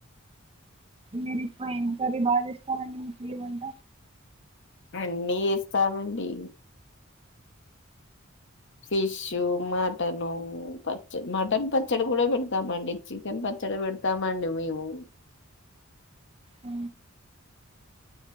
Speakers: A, on the right (about 25°); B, on the left (about 60°).
A: మీరు ఎక్కువ ఏం కర్రీ బాగా చేస్తారండి మీకు ఏ వంట
B: అన్ని చావండి ఫిష్ మటను పచ్చ మటన్ పచ్చడి కూడా పెడతామండి చికెన్ పచ్చడి పెడతామండి మేము
A: అ